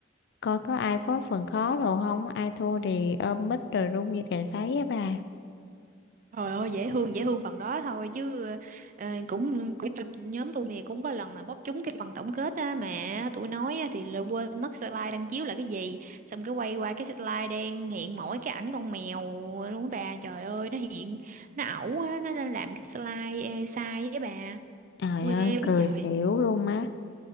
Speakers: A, on the left; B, on the right.
A: coi có ai có phần khó đồ không ai thua thì ôm mic rồi run như cày sấy á bà
B: Trời ơi dễ thương dễ thương phần đó thôi chứ ờ, cũng cũng nhóm tôi thì cũng có lần là bóp trúng cái phần tổng kết á mà tụi nói á, thì là quên mất slide đang chiếu là cái gì xong cái quay qua cái slide đen hiện mỗi cái ảnh con mèo luôn á bà trời ơi nó hiện nó ẩu á nó đang làm cái slide ê, sai với bà
A: trời
B: quê
A: ơi
B: với
A: cười
B: trời
A: xỉu luôn má